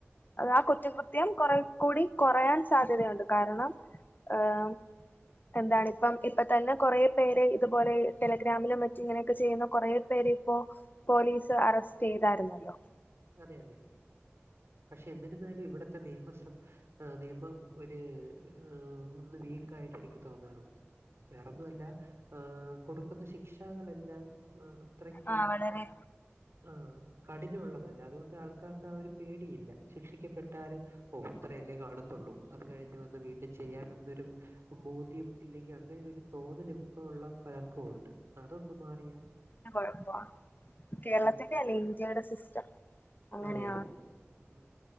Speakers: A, on the left; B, on the right.
A: അത് ആ കുറ്റകൃത്യം കൊറേ കൂടി കൊറയാൻ സാധ്യതയുണ്ട് കാരണം ഏഹ് എന്താണ് ഇപ്പം ഇപ്പൊ തന്നെ കൊറേ പേരെ ഇതുപോലെ ടെലഗ്രാമിലും മറ്റും ഇങ്ങനെയൊക്കെ ചെയ്യുന്ന കുറേ പേര് ഇപ്പോ പോലീസ് അറസ്റ്റ് ചെയ്തായിര്ന്നല്ലോ
B: അതെ അതെ പക്ഷെ എന്നിരുന്നാലും ഇവിടത്തെ നിയമ സം ആഹ് നിയമം ഒരു ഓ ഒന്ന് വീക്ക് ആയിട്ട് എനിക്ക് തോന്നാറുണ്ട് വേറൊന്നു അല്ല ആഹ് കൊടുക്കുന്ന ശിക്ഷകളെല്ലാം ആഹ് അത്രയ്ക്ക്
A: ആഹ് വളരെ
B: ആഹ് കഠിനമുള്ളതല്ല അല്ല അതുകൊണ്ട് ആൾക്കാർക്ക് ആ ഒരു പേടിയില്ല ശിക്ഷിക്കപ്പെട്ടാലും ഓഹ് അത്രയല്ലേ കാണു ത്തൊള്ളൂ അത് കഴിഞ്ഞ് വന്ന് വീണ്ടും ചെയ്യാം എന്നൊരു ബോധ്യം ഇല്ലെങ്കിൽ അങ്ങനെ ഒരു തോന്നലും ഇപ്പ ഉള്ള പലർക്കും ഉണ്ട് അതൊന്ന് മാറിയാ
A: <unintelligible> കൊഴപ്പൊവാണ് കേരളത്തിന്റെ
B: ഉം
A: അല്ലെ ഇന്ത്യയുടെ സിസ്റ്റം അങ്ങനെയാണ്.
B: അതെ അതെ ഉം